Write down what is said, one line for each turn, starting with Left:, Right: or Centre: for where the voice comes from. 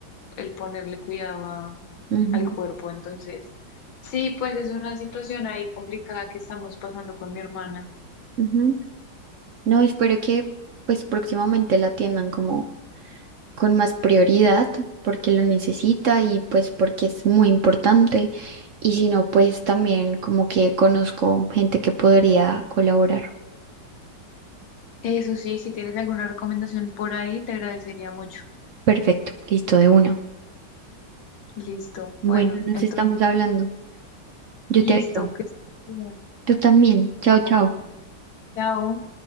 Left: el ponerle cuidado a-
Right: Ujú,
Left: al cuerpo, entonces. Sí, pues es una situación ahí complicada que estamos pasando con mi hermana.
Right: ujú. No, espero que pues próximamente la atiendan como con más prioridad porque lo necesita y pues porque es muy importante. Y si no, pues también como que conozco gente que podría colaborar.
Left: Eso sí, si tienes alguna recomendación por ahí, te agradecería mucho.
Right: Perfecto, listo de una.
Left: Listo.
Right: Bueno,
Left: Bueno,
Right: nos
Left: entonces,
Right: estamos hablando. Yo
Left: listo.
Right: te aviso.
Left: Que estés bien.
Right: Tú también. Chao,
Left: Bueno,
Right: chao.
Left: chao.